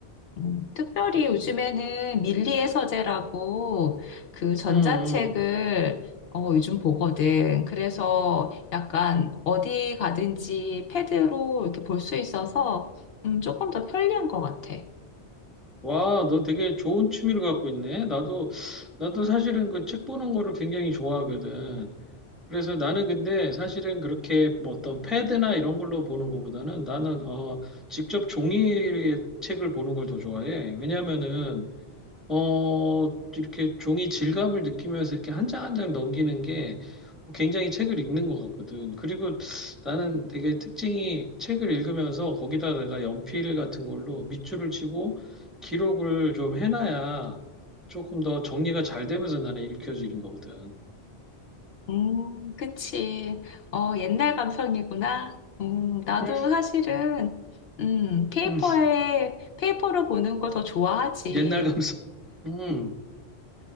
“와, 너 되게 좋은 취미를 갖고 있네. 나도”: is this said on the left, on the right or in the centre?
Centre